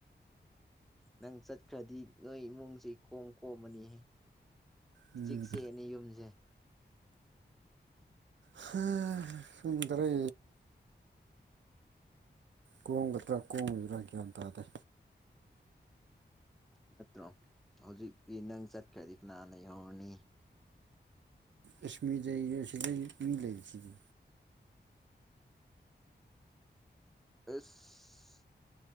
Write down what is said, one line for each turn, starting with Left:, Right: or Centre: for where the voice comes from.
Centre: ꯅꯪ ꯆꯠꯈ꯭ꯔꯗꯤ ꯅꯣꯏ ꯏꯃꯨꯡꯁꯤ ꯏꯀꯣꯝ ꯀꯣꯝꯃꯅꯤꯍꯦ
Right: ꯎꯝ
Centre: ꯏꯆꯤꯛ ꯆꯤꯛꯑꯅꯤ ꯌꯨꯝꯖꯦ
Right: ꯍꯥ ꯈꯪꯗ꯭ꯔꯦ ꯀꯣꯡꯒꯗ꯭ꯔꯥ ꯀꯣꯡꯒꯗ꯭ꯔꯥ ꯒ꯭ꯌꯥꯟ ꯇꯥꯗꯦ
Centre: ꯅꯠꯇ꯭ꯔꯣ ꯍꯧꯖꯤꯛꯇꯤ ꯅꯪ ꯆꯠꯈ꯭ꯔꯗꯤ ꯀꯅꯥ ꯂꯩꯍꯧꯔꯅꯤ
Right: ꯑꯦꯁꯃꯤꯗꯩ ꯑꯁꯤꯗꯩ ꯃꯤ ꯂꯩꯕꯁꯤꯗꯤ
Centre: ꯑꯁ